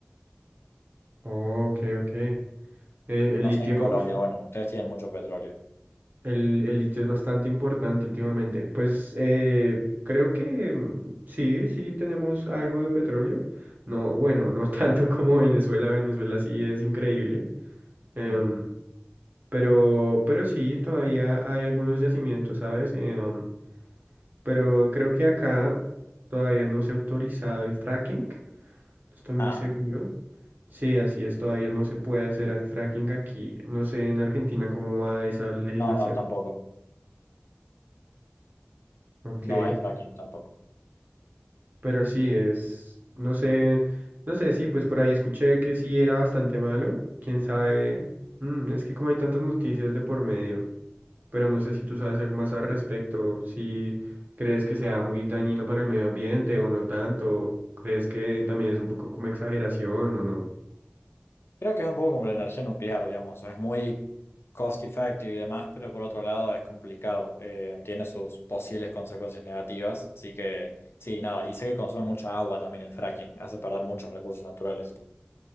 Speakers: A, on the right; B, on the left.
A: Ok, ok. Eh, el
B: No
A: litio,
B: sé en Colombia,
A: uf,
B: bueno, ustedes tienen mucho petróleo.
A: el, el litio es bastante importante últimamente. Pues eh, creo que mm, sí, sí tenemos algo de petróleo. No, bueno, no <laughs> tanto como Venezuela. Venezuela sí es increíble. Em,
B: Mm.
A: pero, pero sí, todavía hay algunos yacimientos, ¿sabes? Em, pero creo que acá todavía no se ha autorizado el fracking, no estoy muy
B: Ah,
A: seguro. Sí, así es, todavía no se puede hacer el fracking aquí. No sé en Argentina cómo va esa legislación.
B: no, no, tampoco.
A: Ok,
B: No hay fracking tampoco.
A: pero sí es, no sé, no sé, sí, pues por ahí escuché que sí era bastante malo, quién sabe, Mm, es que como hay tantas noticias de por medio, pero no sé si tú sabes algo más al respecto, si crees que sea muy dañino para el medio ambiente o no tanto, crees que también es un poco como exageración o no.
B: Creo que es un poco como la energía nuclear, digamos, es muy cost effective y demás, pero por otro lado es complicado, eh, tiene sus posibles consecuencias negativas, así que sí, nada, y sé que consume mucha agua también el fracking, hace perder muchos recursos naturales.